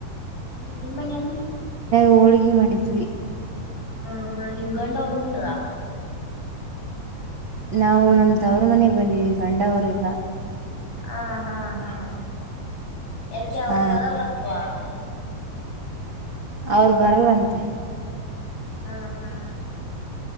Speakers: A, on the left; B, on the right.
A: ಹ್ಮ್ -ನಿಮ್ಮನಲ್ಲಿ
B: ಹೋಳ್ಗೆ ಮಾಡಿದ್ವಿ.
A: ಹ- ಹಾ- ನಿಮ್ಮ ಗಂಡವರು ಉಂಡ್ರಾ.
B: ನಾವು ನಮ್ದವ್ರ ಮನೆಗ್ ಬಂದಿವವಿ ಗಂಡವರುಗ.
A: ಹಾ -ಹಾ- ಹಾ- ಯಾಕೆ ಅವ್ರಗ್
B: ಹ
A: ಬರಲ್ಲಂತ್ವಾ.
B: ಅವರು ಬರಲ್ಲಂತೆ
A: ಆ -ಹಾ